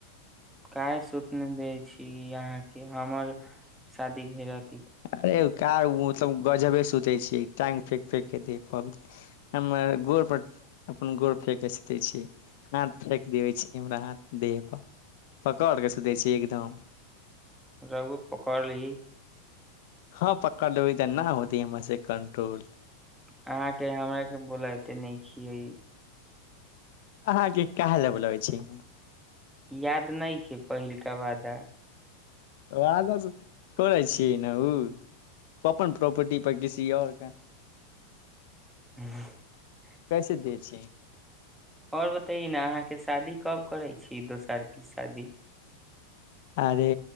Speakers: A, in the centre; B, on the left (about 65°).
A: काय सुूतने दै छी अहाँ के हमर शादी केरात
B: अरे क मतलब गजब सु सुते छी टाँंग फेेक फेेक के देह पर हम गोड़ पर अपन गोड़ फेेक के सुते छी हाथ फेक देबे छी हमरा हाथ देह पर पकड़ के सुते छी एकदम
A: रहुआ पकड़ लैइ
B: हँ पकड़ लेबै तऽ नहि होएत हमरा से कंट्रोल
A: अहाँके हमरा के बोलाएते नहि छिय
B: अहाँके काहे ला बोलाबै छी
A: याद नहि खे पहिलका वादा
B: <unintelligible> छोड़ै छियै ने उ अपन प्रॉपर्टी पर किसी आऔर का
A: <inaudible>
B: कैसे देवे छियै
A: आओर बताइ न आहाँ शादी कब करै छी दोसर की शादी
B: अरे